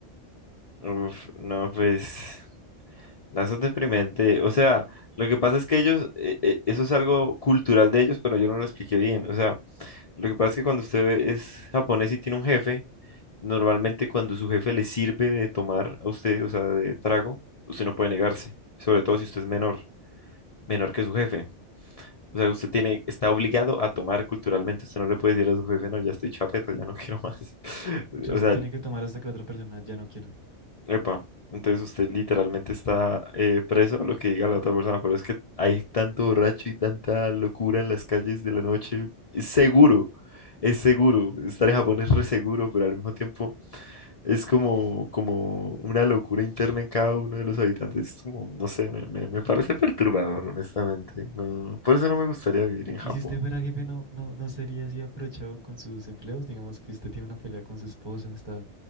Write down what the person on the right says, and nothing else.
O sea,
se
tiene que tomar hasta que la otra persona ya no quiera.
Y si usted fuera jefe, no, no, no sería así aprovechado con sus empleados. Digamos que usted tiene una pelea con su esposa, está